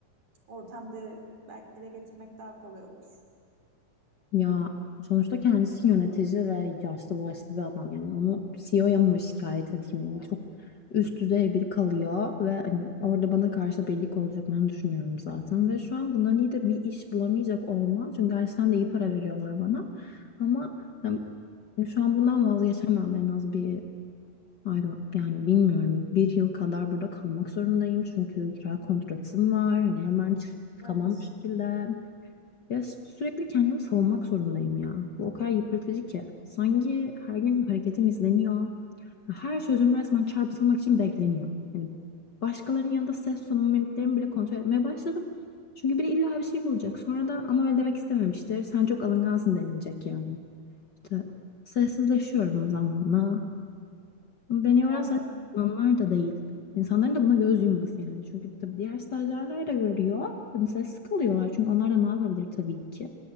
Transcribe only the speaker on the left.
Ya sonuçta kendisi yönetici ve yaşlı başlı bir adam yani onu CEO'ya mı şikayet edeyim Yani çok üst düzey biri kalıyor ve hani orada bana karşı birlik olacaklarını düşünüyorum zaten ve şu an bundan iyi de bir iş bulamayacak olmam çünkü gerçekten de iyi para veriyorlar bana ama yani şu an bundan vazgeçemem en az bir I don't- yani bilmiyorum bir yıl kadar burada kalmak zorundayım çünkü kira kontratım var hani hemen çıkamam
bu şekilde ya sü- sürekli kendimi savunmak zorundayım ya. Bu o kadar yıpratıcı ki. Sanki her gün hareketim izleniyor. Her sözüm resmen çarpıtılmak için bekleniyor. Yani başkalarının yanında ses tonumu, mimiklerimi bile kontrol etmeye başladım. Çünkü biri illa bir şey bulacak. Sonra da ama öyle demek istememiştir. Sen çok alıngansın denilecek yani. İşte sessizleşiyorum zamanla. Ama Beni yoran
sadece uzmanlar da değil. İnsanların da buna göz yumması yani. Çünkü tabii diğer stajyerler de görüyor. Hani Sessiz kalıyorlar. Çünkü onlar da ne yapabilir tabii ki.